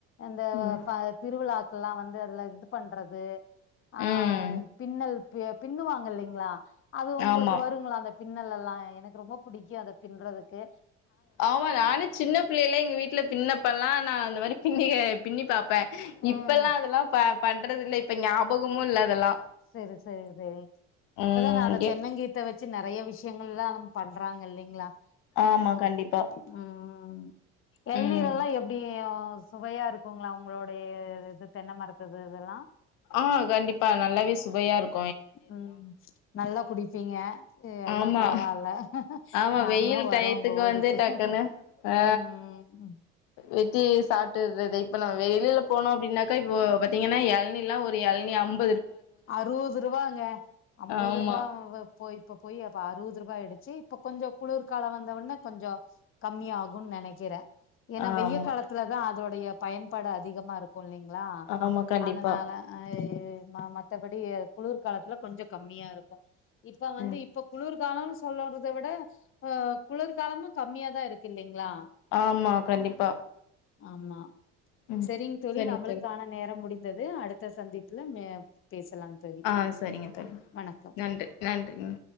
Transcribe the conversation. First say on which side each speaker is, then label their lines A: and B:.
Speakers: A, on the left; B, on the left.
A: அந்த வ
B: ம்
A: ஃப திருவிழாக் ல்லாம் வந்து அதுல இது பண்றது ஆஹ்வ்
B: ம்
A: பின்னல் பே பின்னுவாங்க இல்லைங்களா அது உங்களுக்கு
B: ஆமா
A: வருங்களா அந்த பின்னலல்லா எனக்கு ரொம்ப புடிக்கு அத பின்றதுக் க்கு
B: ஆமா நானே சின்ன பிள்ளைல்லா எங்க வீட்டுல பின்னப்பல்லா நான் அந்த மாரி யி ஏ பின்னி பாபப்பே
A: ம்
B: இப்பெல்லா அதெல்லா பா பண்றது இல்ல இப்ப ஞாபகமு இல்ல அதெல்லா
A: சரி சரி சரி இப்பதான்
B: ம்
A: நான் அந்த
B: எ
A: தென்னங்கீத்தை வச்சு நெறைய விஷயங்கள்லா நம்ம பண்றாங்க இல்லைங்களா
B: ஆமா
A: ஓ
B: கண்டிப்பா
A: உம் ம் ம் ஹ் எள்நீர்
B: ம்
A: எல்லாம் எப்படி ஓ சுவையா இருக்குங்களா உங்களோடைய இது தென்னை மரத்துது இதெல்லாம்
B: ஆஹ் கண்டிப்பா நல்லாவே சுவையா இருக்
A: ம்ம் நல்லா குடிப்பீங்க எல்லாம்
B: ஆமா
A: பரவாயில்ல
B: ஆமா
A: நாங்களும்
B: வெயில் டயத்துக்கு
A: வரோம் உங்க ஊருக்கு
B: வந்து டக்குன்னு ஆ
A: ம்ஹ்
B: வெட்டி சாப்ட்டுர்றது இப்ப நம்ம வெளியில போனோம் அப்படின்னாக்கா இப்போ பாத்தீங்கன்னா எளனி லாம் ஒரு எளனி ஐம்ப
A: அறுபது ரூபாங்க அம்பது
B: ஆமா
A: ரூபா போய் இப்ப போய் அப்ப அறுபது ரூபாய் ஆய்டுச்சு இப்ப கொஞ்சம் குளுர்கால வந்தவொன்னே கொஞ்சம் கம்மி ஆகுன் நினைக்கிறேன் ஏன்னா
B: ஆமா
A: வெயில் காலத்துலதான் அதோட டைய பயன்பாடு அதிகமாக இருக்கு கொல்லிங்களா
B: ஆமா கண்டிப்பா
A: அதனால ஆஹ் ஏ மாமா மத்தபடி குளிர்காலத்துல கொஞ்சம் கம்மியா இருக்கும் இப்ப வந்து
B: ம்
A: இப்பொ குளுர் காலம்னு சொல்லறதை விட ஆஹ் குளிர்காலமும் கம்மியா தான் இருக்கு இல்லிங்களா
B: ஆம் மா கண்டிப்பா
A: ஆம் மா
B: ம்
A: சரிங் தோழி
B: சரிங்க
A: நம்மளுக்கான நேரம் முடிந் இருந்தது அடுத்த சந்திப்புல மே பேசலாம் தோழி
B: ஆஹ் சரிங்க தோழி
A: வணக்கம்
B: நன்றி நன்றி ங்ஹ்